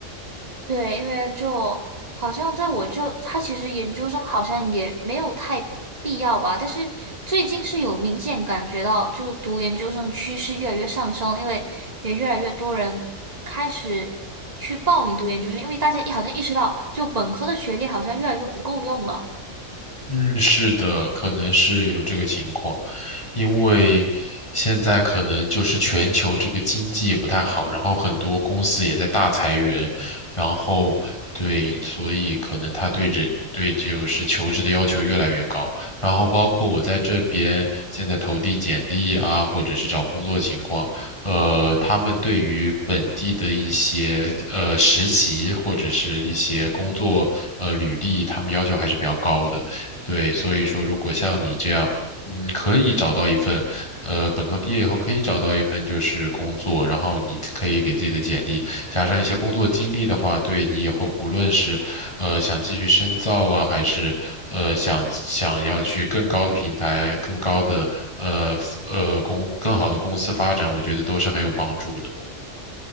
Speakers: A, on the right; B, on the left.
A: 对，因为就好像在我这，他其实研究生好像也没有太必要吧。但是最近是有明显感觉到，就读研究生的趋势越来越上升，因为也越来越多人开始去报名读研究生，因为大家一好像意识到，就本科的学历好像越来越不够用了。
B: 嗯，是的，可能是有这个情况。因为现在可能就是全球这个经济也不太好，然后很多公司也在大裁员，然后对，所以可能他对人对就是求职的要求越来越高，然后包括我在这边现在投递简历啊，或者是找工作情况，呃，他们对于本地的一些呃实习或者是一些工作呃履历，他们要求还是比较高的。对，所以说，如果像你这样，嗯，可以找到一份，呃，本科毕业以后可以找到一份就是工作，然后你可以给自己的简历加上一些工作经历的话，对你以后不论是，呃，想继续深造啊，还是呃想想要去更高的平台、更高的呃呃公更好的公司发展，我觉得都是很有帮助的。